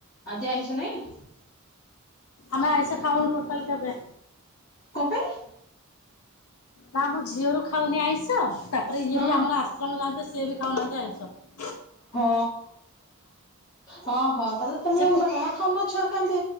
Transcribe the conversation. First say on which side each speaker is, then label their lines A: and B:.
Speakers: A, on the left (about 40°); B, on the left (about 75°).
A: ଆଜି ଆଇଁଷ ନାଇଁ ।
B: ଆମେ ଆଇଁଷ ଖାଉନୁ ଟୋଟାଲ କେବେ।
A: କଣ ପାଇଁ?
B: ନା ମୁଁ ଝିଅରୁ ଖାଉନି ଆଇଁଷ । ତାପରେ ଇଏ
A: ହଁ
B: ବି ଆମର ଆଶ୍ରମ ଯାଆନ୍ତି । ସେ ବି ଖାଉ ନାହାଁନ୍ତି ଆଇଁଷ ।
A: ହଁ ହଁ ହଁ ତାହେଲେ ତମେ
B: ଯେ
A: ଜମା ଖାଉନ ମାଛ । ଖାଅନ୍ତେ